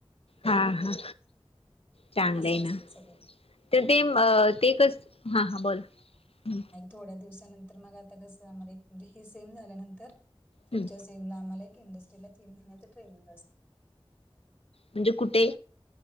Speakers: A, on the left (about 75°); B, on the left (about 20°).
A: हां हां चांगलं
B: असं
A: आहे
B: असतं
A: नां
B: सगळं
A: तरं ते ते कसं हां हां बोलां
B: थोड्यां दिवसांनंतर मंग आंता कसं आम्हांला म्हणजे हे सेम झाल्यानंतर पुढं
A: हम्म
B: ते आम्हाला एक इंडस्ट्रीला तीनं महिन्यांची ट्रेनिंग असते
A: म्हणजे कुंठे